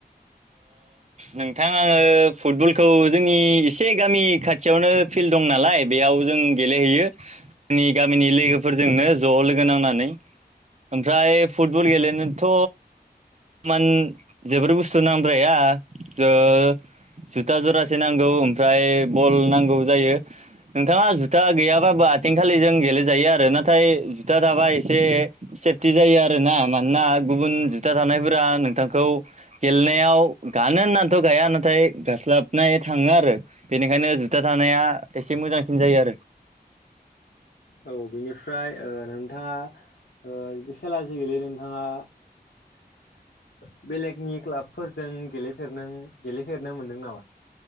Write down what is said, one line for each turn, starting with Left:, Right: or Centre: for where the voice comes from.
Right: नोंथां आङो फुटबलखौ जोंनि एसे गामि खाथियावनो फिल्ड दं नालाय बेयाव जों गेलेहैयो जोंनि गामिनि लोगोफोरजोंनो ज' लोगो नांनानै। ओमफ्राय फुटबल गेलेनोथ' मान जोबोर बुस्थु बुस्तु नांद्राया ओ जुथा जरासे नांगौ ओमफ्राय बल नांगौ जायो नोंथाङा जुथा गैयाबाबो आथिं खालिजों गेलेजायो आरो नाथाय जुथा थाबा एसे सेफटि जायो आरोना मानोना। गुबुन जुथा थानायफोरा नोंथांखौ गेलेनायाव गानो होननाथ' गाया नाथाय गास्लाबनाय थाङो आरो बेनिखायनो जुथा थानो नाया एसे मोजांसिन जायो आरो।
Left: औ बेनिफ्राय नोंथाङा बे खेला जे गेलेयो नोंथाङा <inaudible> बेलेगनि क्लाबफोरजों गेलेफेरदों गेलेफेरनो मोनदों नामा